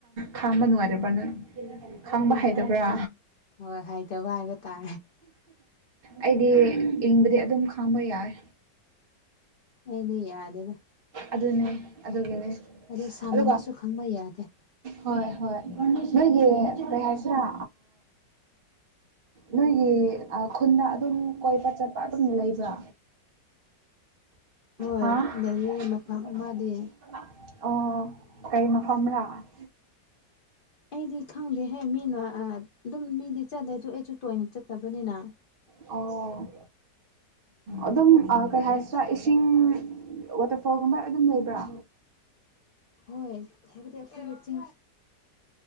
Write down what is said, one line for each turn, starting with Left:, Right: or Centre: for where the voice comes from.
Right: ꯈꯥꯡꯕ ꯅꯨꯡꯉꯥꯏꯇꯕ꯭ꯔꯥ ꯅꯪ ꯈꯥꯡꯕ ꯍꯥꯏꯩꯗꯕ꯭ꯔꯥ
Left: ꯍꯣꯏ ꯍꯥꯏꯇꯕ ꯍꯥꯏꯕ ꯇꯥꯔꯦ
Right: ꯑꯩꯗꯤ ꯏꯪꯕꯗꯤ ꯑꯗꯨꯝ ꯈꯥꯡꯕ ꯌꯥꯏ
Left: ꯑꯅꯦ ꯌꯥꯔꯅꯦ
Right: ꯑꯗꯨꯅꯦ ꯑꯗꯨꯒꯤꯅꯦ
Left: ꯑꯗꯣ ꯁꯥꯃꯟꯅꯁꯨ
Right: ꯑꯗꯨꯒ
Left: ꯈꯪꯕ ꯌꯥꯗꯦ <inaudible>
Right: ꯍꯣꯏ ꯍꯣꯏ ꯅꯣꯏꯒꯤ ꯀꯩ ꯍꯥꯏꯁꯤꯔꯥ ꯅꯣꯏꯒꯤ ꯈꯨꯟꯗ ꯑꯗꯨꯝ ꯀꯣꯏꯕ ꯆꯠꯄ ꯑꯗꯨꯝ ꯂꯩꯕ꯭ꯔ
Left: ꯍꯣꯏ
Right: ꯍꯥ <unintelligible>
Left: ꯂꯩꯌꯦ ꯃꯐꯝ ꯑꯃꯗꯤ
Right: <inaudible> ꯑꯣ ꯀꯩ ꯃꯐꯝꯔꯥ <unintelligible> <inaudible>
Left: ꯑꯩꯗꯤ ꯈꯪꯗꯦꯍꯦ ꯃꯤꯅ ꯑꯗꯨꯝ ꯃꯤꯗꯤ ꯆꯠꯂꯦ ꯑꯗꯨ ꯑꯩꯁꯨ ꯇꯣꯏꯅ ꯆꯠꯇꯕꯅꯤꯅ
Right: ꯑꯣ ꯑꯗꯨꯝ ꯀꯩ ꯍꯥꯏꯁꯤꯔꯥ ꯏꯁꯤꯡ ꯋꯥꯇꯔꯐꯣꯜꯒꯨꯝꯕ ꯑꯗꯨꯝ ꯂꯩꯕ꯭ꯔꯥ
Left: ꯍꯣꯏ ꯍꯥꯏꯕꯗꯤ ꯑꯩꯈꯣꯏꯒꯤ ꯆꯤꯡ